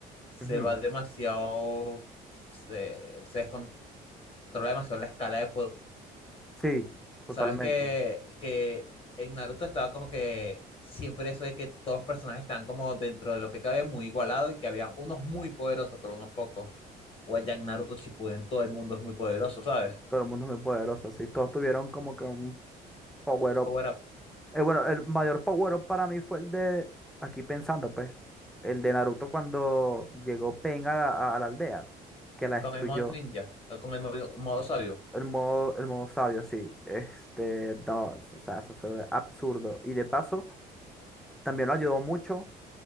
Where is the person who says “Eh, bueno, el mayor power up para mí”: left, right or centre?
Centre